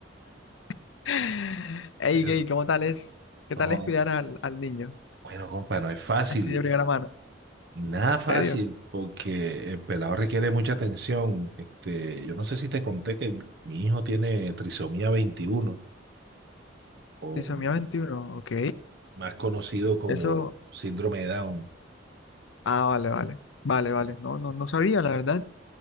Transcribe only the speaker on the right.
Eh,
no
joda.
bueno, compa, no es fácil,
nada fácil,
porque el pelado requiere mucha atención. Este, yo no sé si te conté que mi hijo tiene trisomía 21. o
más conocido como
síndrome de Down.